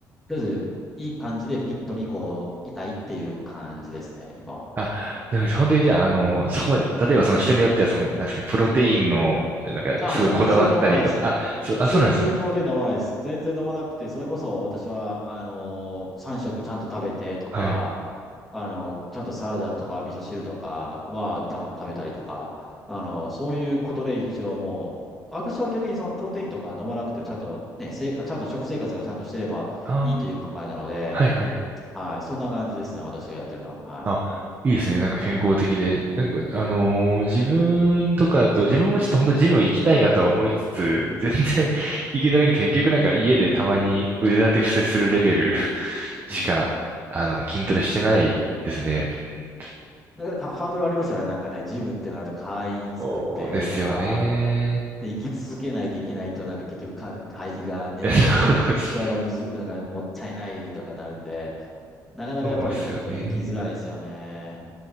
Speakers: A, in the centre; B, on the right.
A: とりあえずいい感じでフィットにこう、いたいっていう感じですね、今は。
B: あ、なんか本当にじゃあ、あの、そこまで、例えばその人によっては、その、なんですかね、プロテインの、なんか、
A: あ、
B: すごいこだわったりとか、
A: 全然飲まないです。
B: あ、そう、
A: 全然プロテイン飲まないです。
B: あ、そうなんですね。
A: 全然飲まなくて、それこそ私は、あのー、3食ちゃんと食べてとか、
B: はい。
A: あの、ちゃんとサラダとか味噌汁とかは多分食べたりとか、あの、そういうことで一応もう、私は基本的にそのプロテインとか飲まなくて、ちゃんとね、せ、あちゃんと食生活がちゃんとしてればいいという考えなので、
B: ああ、はいはい。
A: はい、そんな感じですね、私がやってるのは。はい。
B: あ、いいですね。なんか健康的で。なんか、あのー自分とかだと、自分もちょっと本当ジム行きたいなとは思いつつ、
A: うん
B: 全然 <laughs> 行けてなくて、結局なんか家でたまに腕立て伏せするレベル <laughs> しか、
A: うんうん。
B: あの、筋トレしてないですね。うん、
A: だからかハードルありますよね。なんかね、ジムってなると会員作ってとか、
B: そうですよね。
A: で、生き続けないといけないと、なんか結局か、会費がね、
B: えそ
A: 年月謝がむず、
B: うです
A: なんかもったいないとかなるんで、なかなかやっぱりちょっと行きづらいですよね。
B: そうですよね。